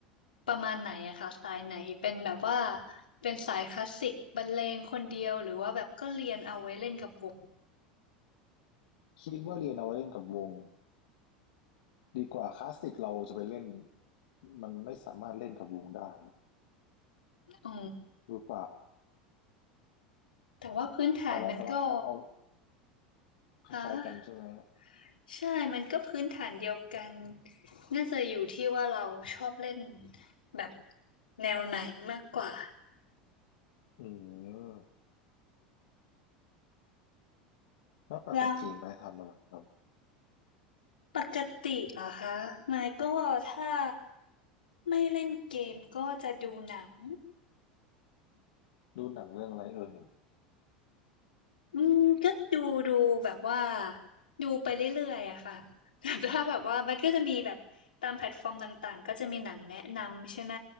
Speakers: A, on the left; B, on the left.
A: ประมาณไหนอะคะสายไหนเป็นแบบว่าเป็นสายคลาสสิกบรรเลงคนเดียวหรือว่าแบบก็เรียนเอาไว้เล่นกับวง
B: คิดว่าเรียนเอาไว้เล่นกับวงดีกว่าคลาสสิกเราจะไปเล่นมันไม่สามารถเล่นกับวงได้
A: อ๋อ
B: หรือเปล่า
A: แต่ว่าพื้นฐานมันก็
B: แต่เราสามารถเอาเอาคล้ายๆกันใช่ไหม
A: ฮะ ใช่มันก็พื้นฐานเดียวกัน น่าจะอยู่ที่ว่าเราชอบเล่นแบบแนวไหนมากกว่า
B: อืมแล้วปกติไปทำอะไรครับ
A: แล้วปกติเหรอคะไมค์ก็ถ้าไม่เล่นเกมก็จะดูหนัง
B: ดูหนังเรื่องอะไรเอ่ย
A: อืมก็ดูดูแบบว่าดูไปเรื่อยๆอะค่ะ <laughs> แบบถ้าแบบว่ามันก็จะมีแบบตามแพลตฟอร์มต่างๆก็จะมีหนังแนะนำใช่ไหม